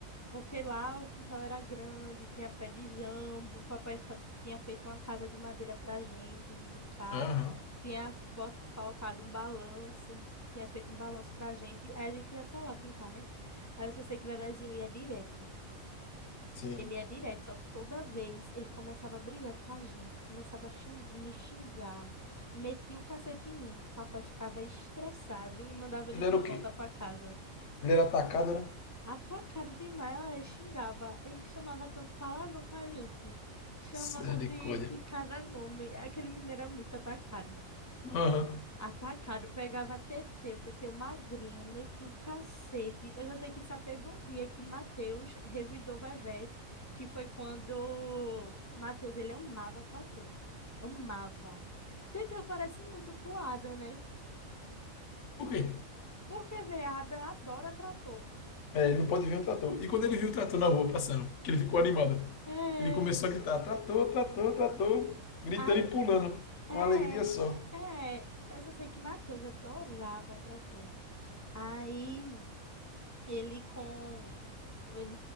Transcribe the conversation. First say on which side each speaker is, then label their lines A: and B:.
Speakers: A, on the left; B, on the left.
A: porque lá o quintal era grande, tinha pé de jambo, o papai fa- tinha feito uma casa de madeira pra gente brincar,
B: aham,
A: tinha bot colocado um balanço, tinha feito um balanço pra gente, aí a gente ia pra lá brincar, né? Aí eu só sei que o Vevezinho ia direto.
B: sim.
A: Ele ia direto, só que toda vez ele começava a brigar com a gente, começava a xin- me xingar, metia o cacete em mim. Papai ficava estressado e mandava ele
B: Ele
A: de
B: era o
A: volta
B: quê?
A: pra casa.
B: Ele era atacado, né?
A: Atacado demais, olha, xingava. Ele chamava tanto palavrão com a gente. Chamava
B: Misericórdia.
A: de, de cada nome. Aquele menino era muito atacado.
B: Aham.
A: Atacado, pegava Teteu, Teteu magrinho, metia o cacete. Eu já sei que só teve um dia que Matheus revidou Vevé, que foi quando Matheus, ele amava trator. Amava. Teteu parece muito com o Adam, né?
B: Por quê?
A: Porque, vê, Adam adora trator.
B: É, ele não pode ver o trator. E quando ele viu o trator na rua passando, que ele ficou animado,
A: É.
B: ele começou a gritar: trator, trator, trator, gritando
A: Aí
B: e pulando. Uma
A: É,
B: alegria só.
A: é. Eu só sei que Matheus adorava trator. Aí ele com ele